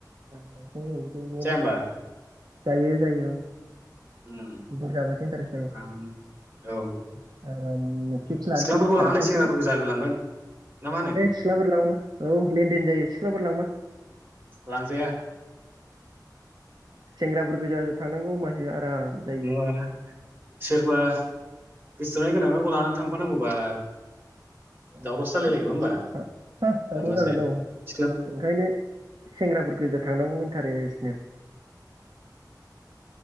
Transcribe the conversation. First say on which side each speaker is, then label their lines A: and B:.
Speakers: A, on the right (about 70°); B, on the right (about 30°).
A: आ <unintelligible>
B: जाया होमबा
A: जायो जायो
B: उम
A: बुरजाबासो इन्टारेस्ट जायो
B: आराम औ
A: <unintelligible> फिक्स लानोसै
B: सिख्लाफोरखौ
A: थारिखफोरखौ
B: लानानै सेंग्राफोरखौ जाहोलांगोन ना मा होनो
A: सिख्लाफोर लाङो औ लेनदेन जायो सिख्लाफोर लांबा
B: लांजाया
A: सेंग्राफोर गोजासो थांनांगौ होमबासो आराम जायो
B: नङा सोरबा गोसथोनाय गोनांखाखौ लानानै थांबा थांफानांगौबा
A: औ
B: दावरावसो जालायलायो
A: हाब
B: नङा होमबा
A: साबफा
B: जारलासो
A: दावराव जागोन औ
B: सिख्ला
A: ओंखायनो सेंग्राफोर गोजा थांनांगौ इन्टारेस्टनो